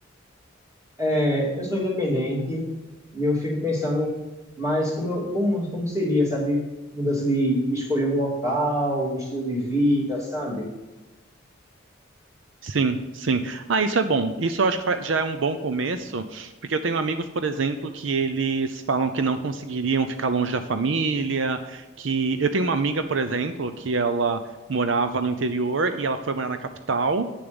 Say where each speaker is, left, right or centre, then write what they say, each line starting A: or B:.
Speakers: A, on the right; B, on the right.
A: É, eu sou independente e eu fico pensando, mas como, eu, como, como seria, sabe, mudança de escolher um local, estilo de vida, sabe?
B: Sim, sim. Ah, isso é bom. Isso eu acho que vai- já é um bom começo, porque eu tenho amigos, por exemplo, que eles falam que não conseguiriam ficar longe da família, que eu tenho uma amiga, por exemplo, que ela morava no interior e ela foi morar na capital.